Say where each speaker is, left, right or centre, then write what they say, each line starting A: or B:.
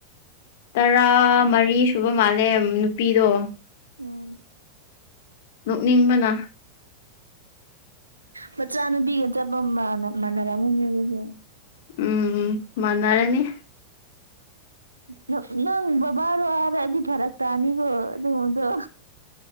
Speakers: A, on the left; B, on the right.
A: ꯇꯔꯥ ꯃꯔꯤ ꯁꯨꯕ ꯃꯥꯜꯂꯦ ꯅꯨꯄꯤꯗꯣ
B: ꯎꯝ
A: ꯅꯣꯛꯅꯤꯡꯕꯅ
B: ꯃꯆꯥꯅꯨꯄꯤꯒ ꯆꯞꯄ ꯃꯥꯟꯅ ꯃꯥꯟꯅꯔꯝꯃꯅꯦ ꯑꯗꯨꯗꯤ
A: ꯎꯝ ꯃꯥꯟꯅꯔꯅꯤ
B: ꯅꯣ ꯅꯪ ꯕꯕꯥꯔꯣ ꯍꯥꯏꯔꯛꯑꯗꯤ ꯐꯔꯛ ꯇꯥꯅꯤꯀꯣ ꯑꯗꯨꯒꯨꯝꯕꯗꯣ